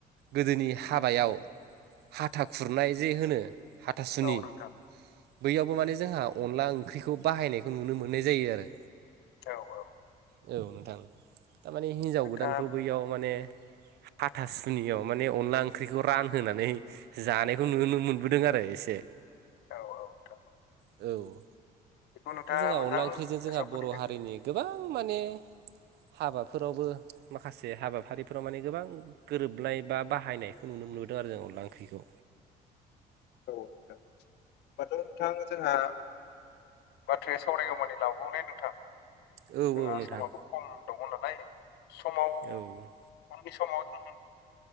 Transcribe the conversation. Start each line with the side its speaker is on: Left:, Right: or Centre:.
Right: गोदोनि हाबायाव हाथा खुरनाय जे होनो हाथासुनि
Left: औ नोंथां
Right: बैयावबो माने जोंहा अनला ओंख्रिखौ बाहायनायखौ नुनो मोननाय जायो आरो
Left: औ औ
Right: औ नोंथां थारमाने हिन्जाव
Left: नोंथाङा
Right: गोदानखौ बैयाव माने हाथासुनियाव माने अनला ओंख्रिखौ रानहोनानै जानायखौ नुनो मोनबोदों आरो एसे
Left: औ औ नोंथां
Right: औ
Left: बेखौ नोंथाङा
Right: बे जोंहा
Left: मोजां
Right: अनला ओंख्रिजों
Left: गोसोआव
Right: जोंहा
Left: खोलैदों
Right: बर' हारिनि गोबां माने हाबाफोरावबो माखासे हाबाफारिफोराव माने गोबां गोरोबलाय बा बाहायनायखौ नुनो मोनबोदों आरो जों अनला ओंख्रिखौ
Left: औ नोंथां होमबाथ' नोंथां जोंहा बाथ्राया सावरायगौमानि लाावबावनाय नोंथां
Right: औ
Left: जोंहा
Right: औ नोंथां
Left: समाबो खम दङ नालाय समाव
Right: औ
Left: उननि समाव नों